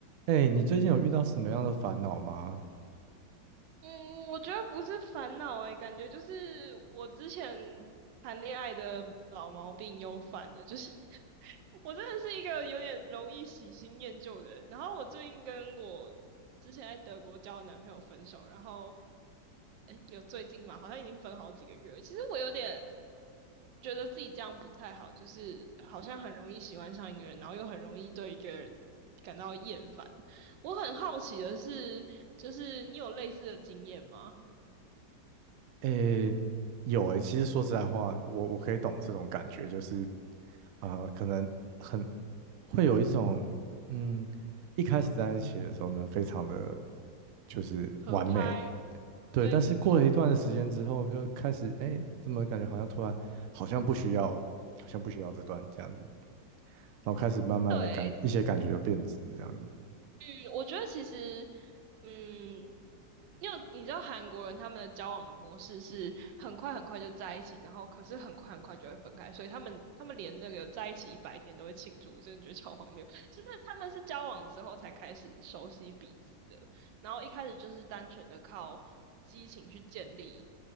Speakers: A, on the right; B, on the right.
A: 哎，你最近有遇到什么样的烦恼吗？
B: 嗯，我觉得不是烦恼诶，感觉就是我之前谈恋爱的老毛病又犯了，就是 <laughs> 我真的是一个有点容易喜新厌旧的人。然后我最近跟我之前在德国交的男朋友分手，然后诶，有最近嘛，好像已经分好几个月了其实我有点觉得自己这样不太好，就是好像很容易喜欢上一个人，然后又很容易对一个人感到厌烦。我很好奇的是，就是你有类似的经验吗？
A: 哎，有哎，其实说实在话，我我可以懂这种感觉，就是呃，可能很会有一种嗯，一开始在一起的时候呢，非常的就是完美，
B: 合拍，
A: 对，
B: 对对对，
A: 但是过了一段时间之后，就开始哎，怎么感觉好像突然好像不需要，好像不需要这段这样子，然后开始慢慢的感一些感觉就变质这样子。
B: 对，嗯，我觉得其实，嗯，因为你知道韩国人他们的交往的模式是很快很快就在一起，然后可是很快很快就会分开，所以他们他们连那个在一起一百天都会庆祝，我真的觉得超荒谬。就是他们是交往之后才开始熟悉彼此的，然后一开始就是单纯的靠激情去建立。